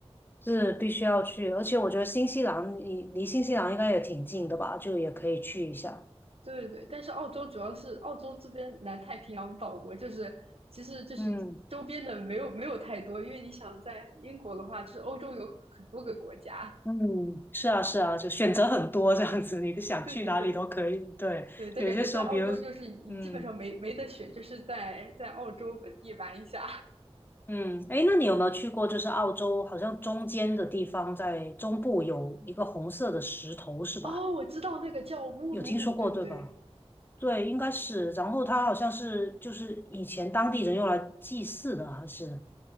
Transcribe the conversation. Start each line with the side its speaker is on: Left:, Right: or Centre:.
Left: 是必须要去，而且我觉得新西兰离离新西兰应该也挺近的吧，就也可以去一下。
Right: <laughs> 对对，但是澳洲主要是澳洲这边南太平洋岛国，就是其实就是周边的没有没有太多，
Left: 嗯
Right: 因为你想在英国的话，就是欧洲有很多个国家，
Left: 嗯，是啊是啊，就选择很多这样子，你想去哪里都可以。
Right: 对对对。
Left: 对，
Right: 对，但感觉在澳洲就是你基本上没没得选，
Left: 有些时候，比如。嗯，
Right: 就是在在澳洲本地玩一下。
Left: 嗯，哎，那你有没有去过？就是澳洲好像中间的地方，在中部有一个红色的石头，是吧？
Right: 哦，我知道那个叫乌鲁鲁，
Left: 有听说过，
Right: 对不对？
Left: 对吧？对，应该是。然后它好像是就是以前当地人用来祭祀的，还是